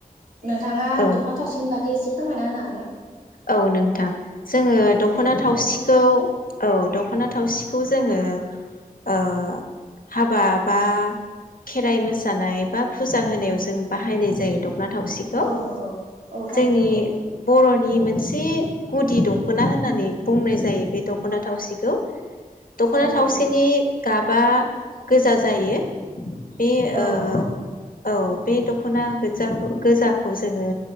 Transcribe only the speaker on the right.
नोंथाङा
दख'ना थावसिनि बाग गै इसे फोरमायना हानो हागोन ना?
औ
दे बिदिब्ला
फोरमाय
औ नंगौ औ थारैनो
नंगौ
औ नंगौ
औ
नंगौ